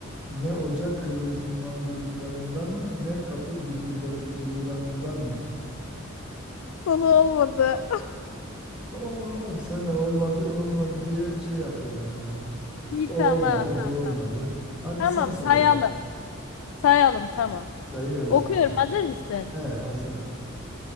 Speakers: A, in the centre; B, on the left.
A: Ne ocak kıvılcımlandırıcılarındanım, ne kapı gıcırdatıcılarındanım.
B: Konu olmadı.
A: Oo, sen de olmadı olmadı diye şey yapıyorsun ha öyle.
B: İyi
A: O olmadı,
B: tamam tamam
A: bu olmadı.
B: tamam.
A: Hadi
B: Tamam
A: sen söyle
B: sayalım.
A: bakalım.
B: Sayalım tamam.
A: Sayıyoruz
B: Okuyorum
A: zaten.
B: hazır mısın?
A: He, hazırım.